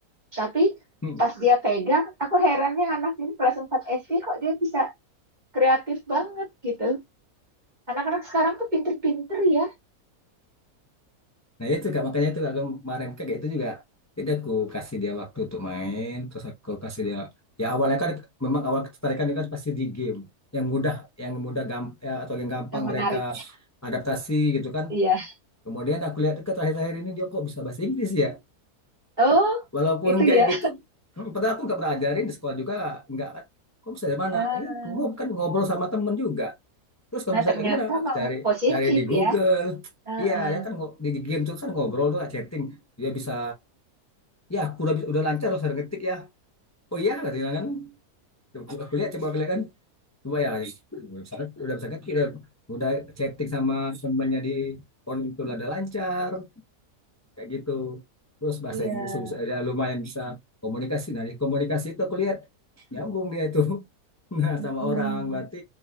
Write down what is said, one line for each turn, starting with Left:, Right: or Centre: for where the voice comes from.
Right: Tapi
Left: Hmm.
Right: pas dia pegang, aku herannya anak ini kelas 4 SD kok dia bisa kreatif banget gitu. Anak-anak sekarang tuh pinter-pinter ya,
Left: Nah itu kak makanya itu kak kemarin kak itu juga. Jadi aku kasih dia waktu untuk main, terus aku kasih dia. Ya awalnya kan memang awal ketertarikan ini kan pasti di game yang mudah, yang mudah gamp ya, atau yang gampang
Right: yang menarik.
Left: mereka adaptasi gitu kan.
Right: Iya.
Left: Kemudian aku lihat ke terakhir-terakhir ini dia kok bisa bahasa Inggris ya.
Right: Oh,
Left: Walaupun
Right: itu ya.
Left: kayak gitu, hmm, padahal aku nggak pernah ajarin di sekolah juga nggak. Kok bisa dari mana?
Right: Ah.
Left: Ini kok kan ngobrol sama temen juga. Terus kalau
Right: Nah,
Left: misalnya
Right: ternyata
Left: kayak gimana?
Right: memang
Left: Cari
Right: positif
Left: cari di Google.
Right: ya. Heeh.
Left: Iya, ya kan ngo- di game tuh kan ngobrol tuh chatting. Dia bisa ya aku udah bisa- udah lancar loh saya ngetik ya. Oh iya kata dia kan. Coba Aku, aku lihat coba aku lihat kan. Coba ya. Udah bisa, udah bisa ngetik udah, udah chatting sama temannya di online itu udah lancar kayak gitu terus bahasa
Right: Iya.
Left: Inggris bisa ya lumayan bisa komunikasi nah di komunikasi itu aku lihat nyambung dia itu <laughs> nah
Right: Mm-mm.
Left: sama orang berarti